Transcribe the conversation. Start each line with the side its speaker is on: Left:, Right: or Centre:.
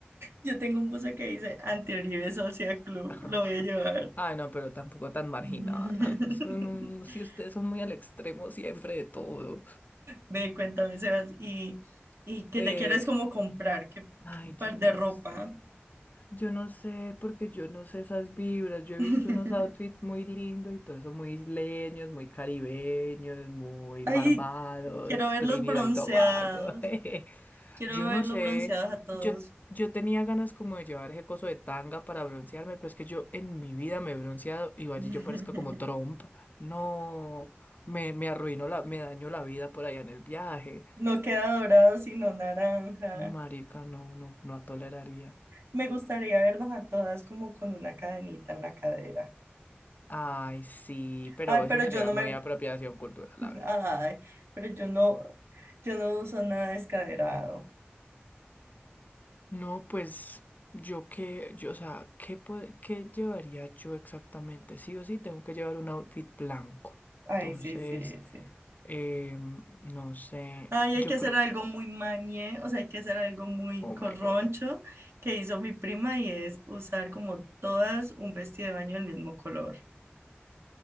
Right: Yo tengo un buzo que dice Anti-Uribe Social Club,
Left: <laughs>
Right: lo voy a llevar.
Left: Ay, no, pero tampoco tan marginal.
Right: <laughs>
Left: Ay, es que no- si ustedes son muy al extremo siempre de todo.
Right: Ve, cuéntame, Sebas, ¿y, y qué
Left: Eh,
Right: te quieres como comprar? ¿Qué
Left: ay,
Right: qué
Left: yo
Right: par
Left: no
Right: de ropa?
Left: sé. Yo no sé, porque yo no sé esas vibras. Yo he
Right: <laughs>
Left: visto unos outfits muy lindos y todo eso, muy isleños, muy caribeños, muy
Right: Ay,
Left: Barbados,
Right: quiero verlos
Left: Trinidad
Right: bronceados.
Left: y Tobago. <laughs> jeje.
Right: Quiero
Left: Yo
Right: verlos
Left: no sé,
Right: bronceados a todos.
Left: yo, yo tenía ganas como de llevar ese coso de tanga para broncearme, pero es que yo en mi vida me he bronceado y vaya,
Right: <laughs>
Left: yo parezco como Trump. No, me, me arruinó la, me dañó la vida por allá en el viaje.
Right: No queda dorado, sino naranja.
Left: Marica, no, no, no toleraría.
Right: Me gustaría vernos a todas como con una cadenita en la cadera.
Left: Ay, sí, pero
Right: Ay,
Left: eso
Right: pero
Left: sería
Right: yo no
Left: muy
Right: me,
Left: apropiación cultural, la verdad.
Right: ay, pero yo no, yo no uso nada descaderado.
Left: No, pues yo qué, yo, o sea, ¿qué, pue- qué llevaría yo exactamente? Sí o sí, tengo que llevar un outfit blanco.
Right: Ay,
Left: Entonces,
Right: sí, sí, sí.
Left: em, no sé,
Right: Ay, hay
Left: yo
Right: que hacer
Left: creo,
Right: algo muy mañé, o sea, hay que hacer algo muy
Left: oh
Right: corroncho
Left: my God,
Right: que hizo mi prima y es usar como todas un vestido de baño del mismo color.